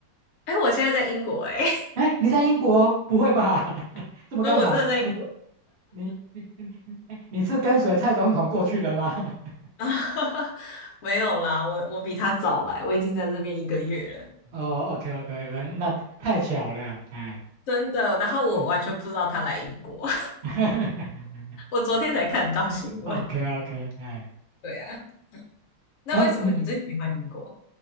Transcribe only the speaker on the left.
哎，我现在在英国哎，
<laughs>
那我真的在英国。
啊，<laughs> 没有啦，我我比他早来，我已经在这边一个月了，
真的。然后我完全不知道他来英国，
<laughs> 我昨天才看到新闻。
对啊，那为什么你最喜欢英国？